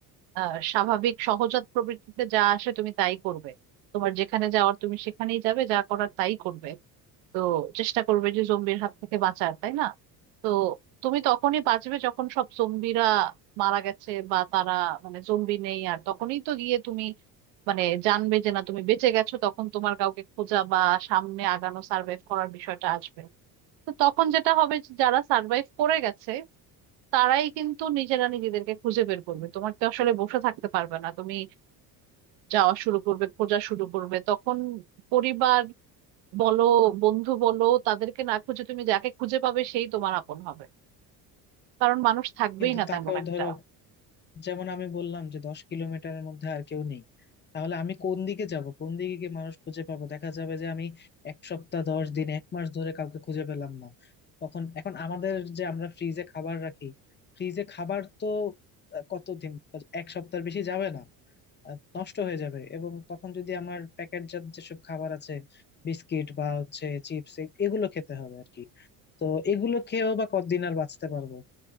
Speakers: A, on the right (about 75°); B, on the left (about 25°).
A: আহ স্বাভাবিক সহজাত প্রবৃত্তিতে যা আসে তুমি তাই করবে তোমার যেখানে যাওয়ার তুমি সেখানেই যাবে যা করার তাই করবে তো চেষ্টা করবে যে জম্বির হাত থেকে বাঁচার তাই না তো তুমি তখনই বাঁচবে যখন সব জম্বিরা মারা গেছে বা তারা মানে জম্বি নেই আর তখনই তো গিয়ে তুমি মানে জানবে যে না তুমি বেঁচে গেছো তখন তোমার কাউকে খোঁজা বা সামনে আগানো সার্ভাইভ করার বিষয়টা আসবে তো তখন যেটা হবে যে যারা সার্ভাইভ করে গেছে তারাই কিন্তু নিজেরা নিজেদেরকে খুঁজে বের করবে তোমার তো আসলে বসে থাকতে পারবে না তুমি যাওয়া শুরু করবে খোঁজা শুরু করবে তখন পরিবার বলো বন্ধু বলো তাদেরকে না খুঁজে তুমি যাকে খুঁজে পাবে সেই তোমার আপন হবে কারণ মানুষ থাকবেই
B: কিন্তু
A: না
B: তাকেও
A: তেমন একটা
B: ধরো যেমন আমি বললাম যে দশ কিলোমিটারের মধ্যে আর কেউ নেই তাহলে আমি কোন দিকে যাব কোন দিকে গিয়ে মানুষ খুঁজে পাবো দেখা যাবে যে আমি এক সপ্তাহ দশ দিন এক মাস ধরে কাউকে খুঁজে পেলাম না তখন এখন আমাদের যে আমরা ফ্রিজে খাবার রাখি ফ্রিজে খাবার তো আহ, কতদিন এক সপ্তাহ বেশি যাবে না আহ, নষ্ট হয়ে যাবে এবং তখন যদি আমার প্যাকেটজাত যেসব খাবার আছে বিস্কিট বা হচ্ছে চিপস এগুলো খেতে হবে আর কি তো এগুলো খেয়েও বা কতদিন আর বাঁচতে পারবো